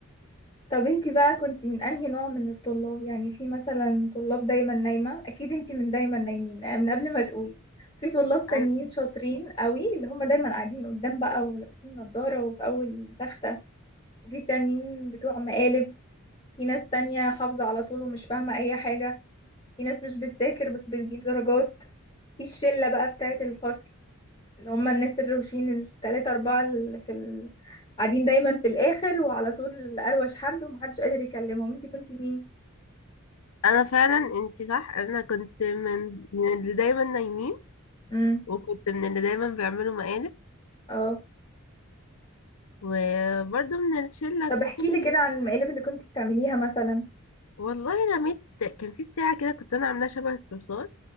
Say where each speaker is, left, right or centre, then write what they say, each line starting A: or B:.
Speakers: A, on the left; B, on the left.
A: طب انتي بقى كنتي من انهي نوع من الطلاب يعني في مثلا طلاب دايما نايمة اكيد انتي من دايما نايمين آه، من قبل ما تقولي في طلاب تانيين
B: انا
A: شاطرين قوي اللي هم دايما قاعدين قدام بقى ولابسين نظارة وفي اول تختة وفي تانيين بتوع مقالب في ناس تانية حافظة على طول ومش فاهمة اي حاجة في ناس مش بتذاكر بس بتجيب درجات في الشلة بقى بتاعت الفصل اللي هم الناس الروشين التلاتة أربعة اللي في ال... قاعدين دايما في الآخر وعلى طول أروش حد ومحدش قادر يكلمهم انتي كنتي مين؟
B: انا فعلا انتي صح انا كنت من من اللي دايما نايمين
A: امم
B: وكنت من اللي دايما بيعملوا مقالب
A: اه
B: وبرضه من الشله
A: طب احكي
B: كله
A: لي كده عن المقالب اللي كنتي بتعمليها مثلا
B: والله رميت كان في بتاعه كده كنت انا عاملاها شبه الصرصار